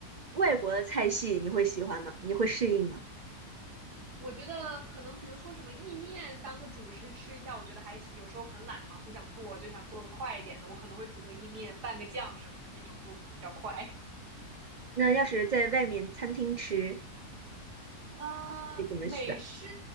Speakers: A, on the right; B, on the right.
A: 外国的菜系你会喜欢吗？你会适应吗？
B: 我觉得可能比如说什么意面当个主食吃一下，我觉得还行。有时候很懒嘛，不想做，就想做个快一点的，我可能会煮个意面，拌个酱什么的那种就比较快。
A: 那要是在外面餐厅吃，
B: 啊、
A: 会怎么选？
B: 美式